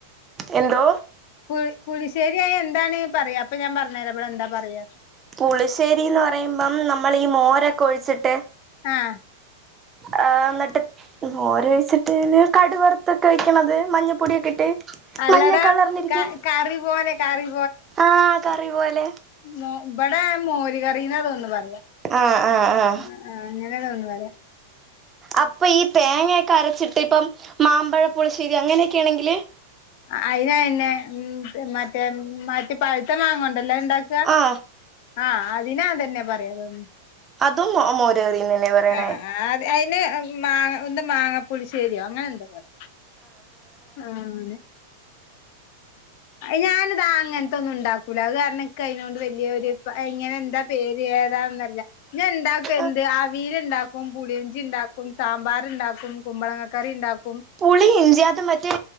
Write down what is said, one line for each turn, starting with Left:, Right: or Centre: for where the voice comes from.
Right: എന്തോ
Left: പുളി പുളിശ്ശേരിയായെന്താണ് പറയ് അപ്പൊ ഞാൻ പറഞ്ഞേരാ വ്ടെന്താ പറയാന്ന്
Right: പുളിശ്ശേരീന്ന്റയുമ്പം നമ്മൾ ഈ മോരൊക്കെ ഒഴിച്ചിട്ട്
Left: ആഹ്
Right: ആ ന്നിട്ട് മോര് ഒഴിച്ചിട്ട് പിന്നെ കടുവറുത്ത്ട്ടൊയ്‌ക്ണത് മഞ്ഞപ്പൊടിയൊക്കെട്ട്
Left: അല്ലടാ
Right: മഞ്ഞ കളറിലിരിക്കും
Left: ക കറി പോലെ കറി
Right: ആഹ് കറി പോലെ
Left: മൊ വ്ടെ മോര് കറീന്നാ തോന്നുണു പറയാ
Right: ആ ഹ് ആ ഹ്ആ
Left: ആ അങ്ങനെ തോന്നണു പറയ
Right: അപ്പൊ ഈ തേങ്ങേക്കെ അരച്ചിട്ട് ഇപ്പം മാമ്പഴ പുളിശ്ശേരി അങ്ങനെയൊക്കേണെങ്കില്
Left: അയിന് അയെന്നെ മ് മറ്റേ മറ്റേ പഴുത്ത മാങ്ങോണ്ടല്ലത്ണ്ടാക്ക
Right: ആഹ്
Left: ആഹ് അതിനതന്നെ പറയാ തോന്ന്
Right: തും മോ മോരറിന്ന്ന്നെ പറയണേ
Left: ആഹ് അത് അയിന് മാങ്ങ ഒന്ന് മാങ്ങ പുളിശ്ശേരിയോ അങ്ങനെ എന്തോ പറയ് ആഹ് ന് അയ് ഞാനതാ അങ്ങൻത്തൊന്നുണ്ടാകൂല അത് കാരണം ക്കയ്നോട് അതിനൊട് വല്യൊരു പ ങ്ങനെന്താ പേര് ഏതാന്നല്ല ഞ്ഞ്ണ്ടാക്കും
Right: ആഹ്
Left: എന്ത് അവീൽ ണ്ടാക്കും ക്കും പുളിയഞ്ചിണ്ടാക്കും സാമ്പാറ്ണ്ടാക്കും കുമ്പളങ്ങക്കറിണ്ടാക്കും
Right: പുളി ഇഞ്ചി അത് മറ്റേ